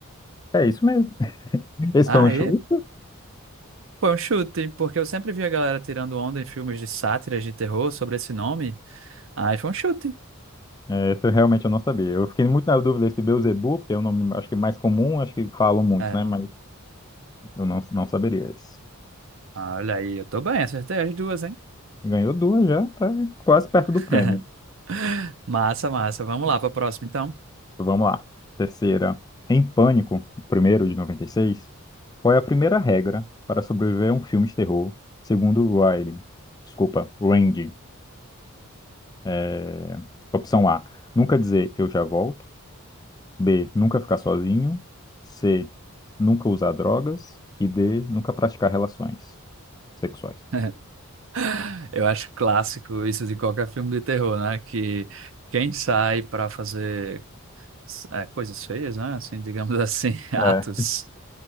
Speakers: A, on the left; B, on the right.
A: É isso mesmo. <laughs> Esse
B: Ah,
A: foi um show.
B: Foi um chute, porque eu sempre vi a galera tirando onda em filmes de sátiras de terror sobre esse nome. Aí foi um chute.
A: É, Essa eu realmente eu não sabia. Eu fiquei muito na dúvida se Beelzebub, que é o nome acho que mais comum, acho que falam muito,
B: É.
A: né? Mas eu não, não saberia isso
B: Ah, Olha aí, eu tô bem, acertei as duas, hein?
A: Ganhou duas já, tá quase perto
B: <laughs>
A: do prêmio.
B: Massa, massa. Vamos lá pra próxima, então.
A: Então, Vamos lá. Terceira. Em Pânico, primeiro de noventa e seis Qual é a primeira regra para sobreviver a um filme de terror, segundo Riley? Desculpa, Randy. É, Opção A. Nunca dizer eu já volto. B. Nunca ficar sozinho. C. Nunca usar drogas. E D. Nunca praticar relações. sexuais.
B: <laughs> Eu acho clássico isso de qualquer filme de terror, né? Que quem sai pra fazer é, coisas feias, né? Assim, digamos assim, <laughs> atos,
A: É.